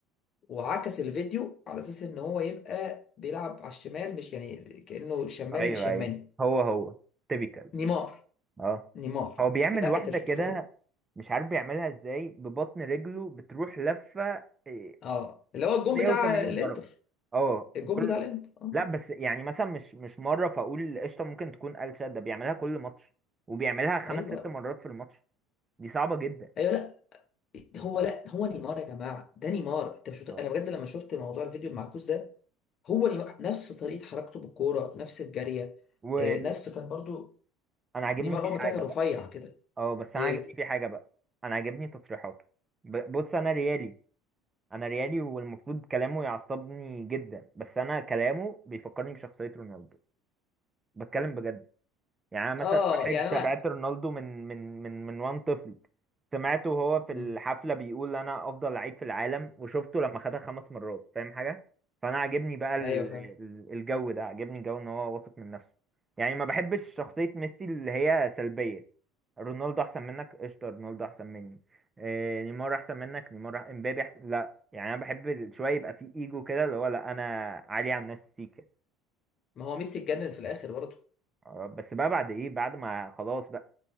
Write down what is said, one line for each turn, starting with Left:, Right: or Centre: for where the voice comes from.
Left: وعكس الفيديو على اساس ان هو يبقى بيلعب على الشمال مش يعني كانه شمالي
Right: ايوه
Left: مش يماني
Right: ايوه هو هو تيبيكال
Left: نيمار
Right: اه
Left: نيمار
Right: هو بيعمل
Left: لا
Right: واحدة
Left: انت مش
Right: كده
Left: متخيل
Right: مش عارف بيعملها ازاي ببطن رجله بتروح لفة إيه،
Left: اه اللي هو الجون
Right: 180
Left: بتاع الانتر
Right: درجة اه
Left: الجون
Right: الجول
Left: بتاع الانتر اه
Right: لا بس يعني مثلا مش مش مرة فاقول قشطة ممكن تكون قال ده بيعملها كل ماتش وبيعملها خمس
Left: ايوه
Right: ست
Left: بقى.
Right: مرات في الماتش دي صعبة جدا
Left: ايوه لا هو لا هو نيمار يا جماعه ده نيمار انت مش مت...
Right: اه
Left: انا بجد لما شفت موضوع الفيديو المعكوس ده هو نيمار نفس طريقه حركته بالكوره نفس الجاريه
Right: وانا
Left: آه، نفس كان برضو
Right: عاجبني
Left: نيمار
Right: فيه
Left: اول
Right: حاجة
Left: ما كان رفيع كده
Right: اه بس
Left: ايه
Right: انا عاجبني في حاجه بقى انا عاجبني تصريحاته ب- بص انا ريالي انا ريالي والمفروض كلامه يعصبني جدا بس انا كلامه بيفكرني بشخصيه رونالدو بتكلم بجد يعني انا مثلا
Left: اه
Right: واحد
Left: يعني انا
Right: تابعت رونالدو من من من من وان طفل سمعته وهو في
Left: مم.
Right: الحفله بيقول انا افضل لعيب في العالم وشفته لما خدها خمس مرات فاهم حاجه فانا عاجبني بقى ال-
Left: ايوه فاهم
Right: ال- الجو ده عاجبني جو ان هو واثق من نفسه يعني ما بحبش شخصيه ميسي اللي هي سلبيه رونالدو احسن منك قشطه رونالدو احسن مني إيه نيمار احسن منك نيمار أح- امبابي احسن لا يعني انا بحب شويه يبقى في ايجو كده اللي هو لا انا عالي على الناس سيكا
Left: ما هو ميسي اتجنن في الاخر برضه
Right: آه، بس بقى بعد ايه بعد ما خلاص بقى